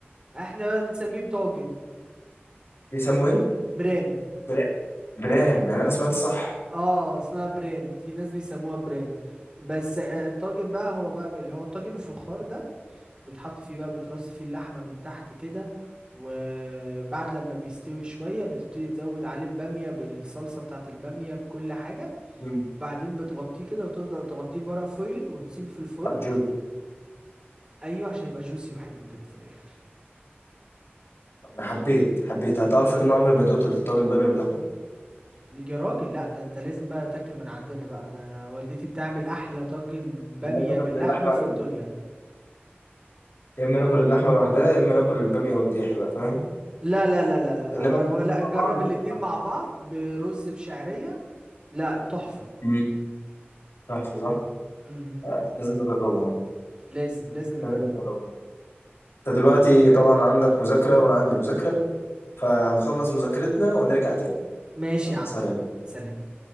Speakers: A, on the right; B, on the left.
A: احنا بقى بنسميه بطاجن
B: بيسموه ايه
A: برام
B: برام برام يعني انا سمعت صح
A: اه اسمها برام في ناس بيسموها برام بس آه، الطاجن بقى هو بقى اللي هو الطاجن الفخار ده بيتحط فيه بقى بيترص فيه اللحمة من تحت كده وبعد لما بيستوي شوية بتبتدي تزود عليه بامية بالصلصة بتاعت البامية بكل حاجة
B: مم.
A: بعدين بتغطيه كده وتفضل تغطيه بورق فويل وتسيبه في الفرن
B: بتاع جوتي
A: ايوه عشان يبقى جوسي وحلو كده في الاخر
B: انا حبيت حبيت هتعرف ان انا عمري ما دقت الطاجن باميه باللحمه
A: يا راجل لا ده انت لازم بقى تاكله من عندنا بقى انا والدتي بتعمل احلى طاجن بامية
B: إحنا يا اما
A: باللحمة
B: ناكل اللحمه
A: في
B: يا
A: الدنيا
B: جماعة. يا اما ناكل اللحمه لوحدها يا اما ناكل الباميه ورديحي بقى فاهم
A: لا لا لا لا لا لا
B: انما
A: ما انا
B: الاثنين
A: بقول لا
B: مع
A: جرب
B: بعض ما
A: الاتنين
B: ينفعش
A: مع بعض برز بشعرية لا تحفة
B: مم. تحفه صح
A: مهم.
B: آه، لازم نجربها
A: لازم لازم نجرب
B: لازم نجربها انت دلوقتي طبعا عندك مذاكره وانا عندي مذاكره فهنخلص مذاكرتنا ونرجع تاني
A: ماشي
B: يلا
A: يا عم
B: سلام
A: سلام